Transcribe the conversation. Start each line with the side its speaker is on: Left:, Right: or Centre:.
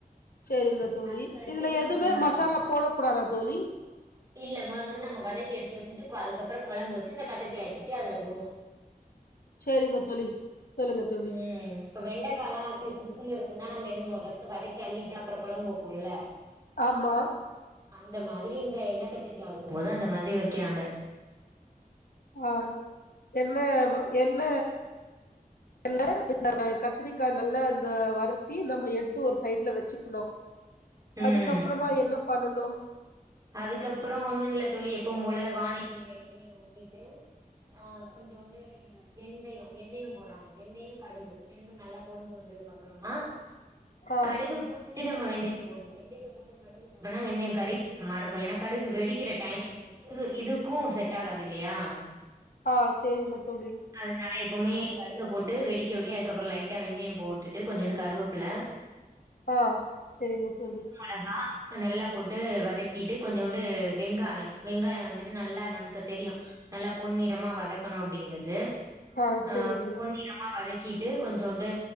Left: சரிங்க தோழி
Right: அதுக்கடுத்து
Left: இதுல
Right: என்ன
Left: எதுமே
Right: பண்ணு அப்டி
Left: மசாலா போட கூடாதா தோழி
Right: இல்ல மா முன்னுமா நம்ம வதக்கி எடுத்து வெச்சிட்டு அதுக்கப்பறமா கொழம்பு வச்சு இந்த கத்திரிக்காய தூக்கி அதுல போடுவோ
Left: சேரிங்க தோழி சொல்லுங்க தோழி
Right: ம் இப்ப வெண்டக்கலா பிசு பிசுன்னு இருக்குனு நம்ம என்ன ஃபர்ஸ்ட்டு வதக்கி அள்ளிட்டு அப்புறோ கொழம்பு வப்போல்ல
Left: ஆமா
Right: அந்த மாதிரி இந்த எண்ண கத்திரிக்கா வெக்கும் போது அந்த மாதிரி வெக்கிறாங்க
Left: ஆ என்னவ் என்ன இல்ல இந்த கத்திரிக்கா நல்லா இந்த வருத்தி நம்ம எடுத்து ஒரு சைட்ல வெச்சுக்கணு
Right: ம்
Left: அதுக்கப்பறமா என்ன பண்ணணு
Right: அதுக்கப்பறோ ஒன்னு இல்ல தோழி எப்பவு போல வானலியில எண்ணய ஊத்திட்டு ஆ கொஞ்சோண்டு வெந்தயோ வெந்தயோ போட்றாங்க வெந்தயோ கடுகு ரெண்டு நல்லா பொரிஞ்சி வந்ததுக்கு அப்பறமா
Left: ஆ,
Right: கடுகு போட்டுட்டு நம்ம வெந்தயம் போடணு வெந்தயத்த போட்டு கடுகு போட்டோனா வெந்தயம் கறிகி மாறிருக்கு ஏன்னா கடுகு வெடிக்கிற டைம் வந்து இதுக்கு செட் ஆகாது இல்லையா
Left: ஆ சேரிங்க தோழி
Right: அதுனால எப்பவுமே கடுக போட்டு வெடிக்க விட்டு அதுக்கப்பறோ லைட்டா வெந்தயம் போட்டுட்டு கொஞ்சோண்டு கருவப்புல
Left: ஆ செரிங்க தோழி
Right: மொளகா நல்லா போட்டு வதக்கிட்டு கொஞ்சோண்டு வெங்காயோ வெங்காய வந்துட்டு நல்லா நமக்கு தெரியு நல்லா பொன்னிறமா வதக்கணு அப்டிங்கிறது
Left: ஆ
Right: அ
Left: சரிங்க.
Right: பொன்னிற றமா வதக்கிட்டு கொஞ்சோண்டு